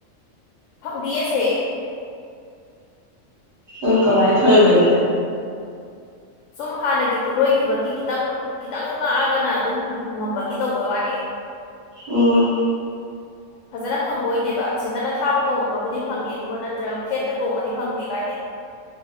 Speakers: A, on the left; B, on the right.
A: ꯐꯪꯗꯤ ꯑꯁꯦ
B: ꯑꯣꯀꯣꯚꯥꯏ ꯊꯣꯏꯕꯅꯤꯗ
A: ꯁꯨꯝ ꯍꯥꯟꯅꯒꯤ ꯈꯨꯠꯂꯣꯏꯈꯤꯕꯒꯤ ꯈꯤꯇꯪ ꯈꯤꯇꯪ ꯉꯥꯛꯑꯒꯅ ꯑꯗꯨꯝ ꯉꯝꯕꯒꯤ ꯇꯧꯕꯩ ꯋꯥꯅꯦ <inaudible>
B: ꯑꯣ
A: <inaudible> ꯐꯖꯅ ꯐꯪꯕ ꯑꯣꯏꯗꯦꯕ ꯁꯦꯟꯗ ꯑ ꯊꯥꯕ ꯇꯣꯡꯉꯒꯕꯨꯗꯤ ꯐꯪꯉꯦ ꯑꯗꯨꯒ ꯅꯠꯇ꯭ꯔꯒ ꯐ꯭ꯂꯦꯠꯀ ꯇꯣꯡꯉꯗꯤ ꯐꯪꯗꯦ ꯀꯥꯏꯗꯩ <inaudible>